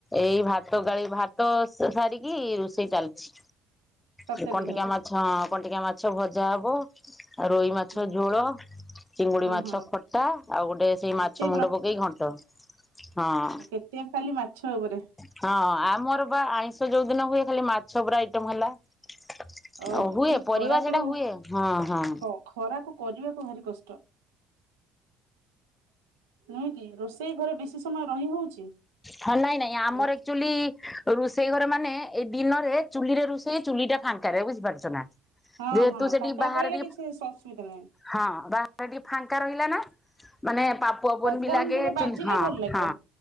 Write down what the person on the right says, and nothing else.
ତରକାରୀ
ହବ
ହଁ
ହଁ
ହଁ
କେତେ
ଉ କେତେ ଖାଲି ମାଛ ଉପରେ।
ଓଃ
ଏଇ ଖରାକୁ
ଖ ଖରାକୁ କରିବାକୁ ଭାରି କଷ୍ଟ। ନୁହେଁ କି ରୋଷେଇ ଘରେ ବେଶୀ ସମୟ ରହି ହଉଛି?
ହଁ
ହଁ
ହଁ
ଟାଙ୍କା
ରହିଲେ
କିଛି ସ ଅସୁବିଧା ନାହିଁ।
ପବନ
ଟିକେ ବାଜିଲେ
ଭଲ ଲାଗିବ